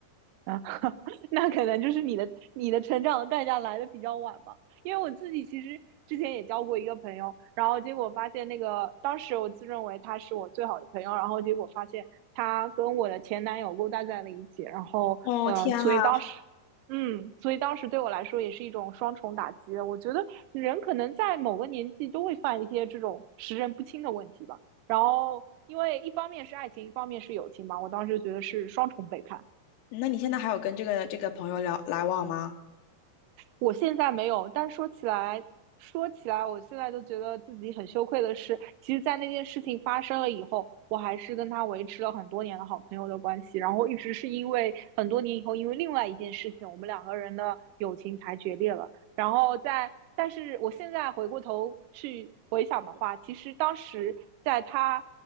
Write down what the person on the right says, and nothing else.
啊，<laughs> 那可能就是你的你的成长的代价来的比较晚吧。因为我自己其实之前也交过一个朋友，然后结果发现那个当时我自认为他是我最好的朋友，然后结果发现他跟我的前男友勾搭在了一起，然后呃，
所以当时。嗯，所以当时对我来说也是一种双重打击。我觉得人可能在某个年纪都会犯一些这种识人不清的问题吧。然后，因为一方面是爱情，一方面是友情嘛，我当时觉得是双重背叛。
我现在没有，但说起来，说起来，我现在都觉得自己很羞愧的是，其实，在那件事情发生了以后，我还是跟他维持了很多年的好朋友的关系，然后一直是因为很多年以后，因为另外一件事情，我们两个人的友情才决裂了。然后在，但是我现在回过头去回想的话，其实当时在他